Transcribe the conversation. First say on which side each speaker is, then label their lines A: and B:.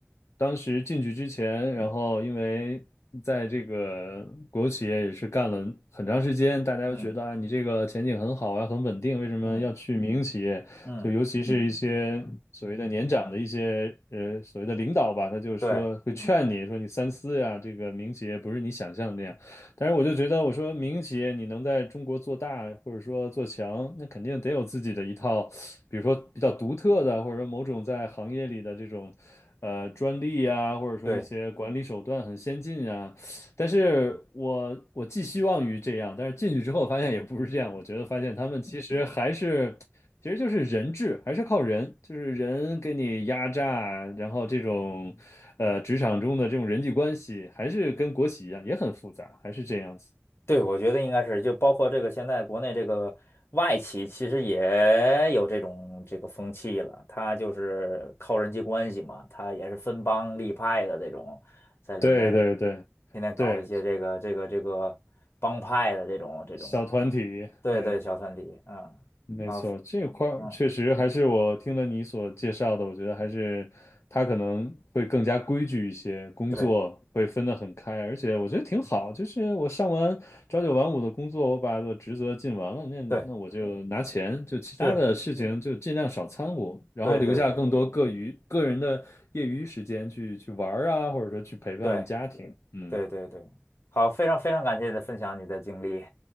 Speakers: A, on the left (about 85°); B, on the left (about 65°).
A: 当时进去之前，然后因为在这个国有企业也是干了很长时间，大家又觉得啊，
B: 嗯
A: 你这个前景很好啊，很稳定，为什么要去民营企业？
B: 嗯嗯，
A: 就尤其是一些所谓的年长的一些呃所谓的领导吧，他就是说会劝你说你三思呀，
B: 对
A: 这个民营企业不是你想象的那样。但是我就觉得，我说民营企业你能在中国做大或者说做强，那肯定得有自己的一套，比如说比较独特的，或者说某种在行业里的这种呃专利呀，或者说一些管理手段很先进呀。
B: 对。
A: 但是我我寄希望于这样，但是进去之后发现也不是这样，我觉得发现他们其实还是。其实就是人治，还是靠人，就是人给你压榨，然后这种，呃，职场中的这种人际关系，还是跟国企一样，也很复杂，还是这样子。
B: 对，我觉得应该是，就包括这个现在国内这个外企，其实也有这种这个风气了。他就是靠人际关系嘛，他也是分帮立派的这种，在里面儿
A: 对对对对，
B: 天天搞一些这个这个这个帮派的这种这种，
A: 小团体，
B: 对对，
A: 对。
B: 小团体，嗯，
A: 没错，
B: 啊，
A: 这块儿确实还是我听了你所介绍的，
B: 嗯，
A: 我觉得还是他可能会更加规矩一些，工作会分得很开，
B: 对
A: 而且我觉得挺好。就是我上完朝九晚五的工作，我把我的职责尽完了，那那我就拿钱，
B: 对
A: 就其他的事情就尽量少掺和，
B: 是，
A: 然后留下更多个余个人的业余时间去去玩儿啊，
B: 对对对
A: 或者说去陪伴家庭。
B: 对
A: 嗯，
B: 对对对，好，非常非常感谢你的分享，你的经历